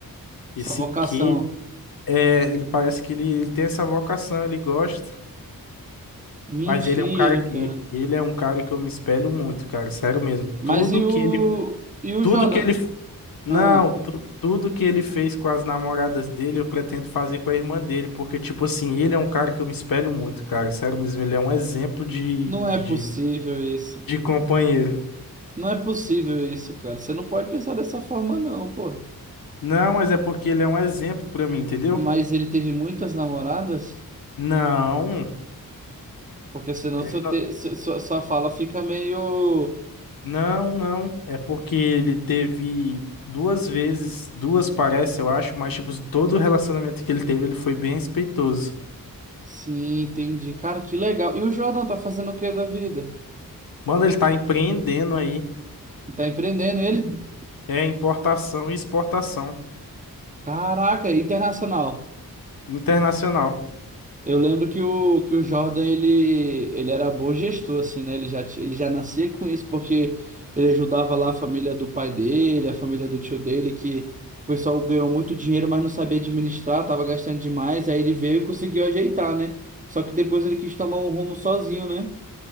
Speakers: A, on the left (about 65°); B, on the right (about 20°).
A: esse
B: Essa vocação.
A: quê. É, ele parece que ele, ele tem essa vocação, ele gosta.
B: Mentira,
A: Mas ele é um cara que
B: cara.
A: ele é um cara que eu me espelho muito, cara. Sério mesmo.
B: Mas
A: Tudo
B: e
A: que
B: o.
A: ele
B: E o
A: tudo
B: Jordan?
A: que ele Não,
B: Ah,
A: tu- tudo que ele fez com as namoradas dele, eu pretendo fazer com a irmã dele, porque, tipo assim, ele é um cara que eu me espelho muito, cara. Sério mesmo, ele é um exemplo de,
B: não
A: de,
B: é possível isso.
A: de companheiro.
B: Não é possível isso, cara. Você não pode pensar dessa forma, não, pô.
A: Não, mas é porque ele é um exemplo pra mim, entendeu?
B: Mas ele teve muitas namoradas?
A: Não,
B: Porque senão
A: teve-
B: seu te... se- sua, sua fala fica meio.
A: não, não. É porque ele teve duas vezes, duas parece, eu acho, mas, tipo, todo o relacionamento que ele teve, ele foi bem respeitoso.
B: Sim, entendi. Cara, que legal. E o Jordan tá fazendo o que da vida?
A: Mano, ele tá empreendendo aí.
B: Tá empreendendo ele?
A: É importação e exportação
B: Caraca, internacional.
A: internacional.
B: Eu lembro que o, que o Jordan, ele, ele era bom gestor, assim, né? Ele já, ti- ele já nascia com isso, porque ele ajudava lá a família do pai dele, a família do tio dele, que o pessoal ganhou muito dinheiro, mas não sabia administrar, tava gastando demais, aí ele veio e conseguiu ajeitar, né? Só que depois ele quis tomar um rumo sozinho, né?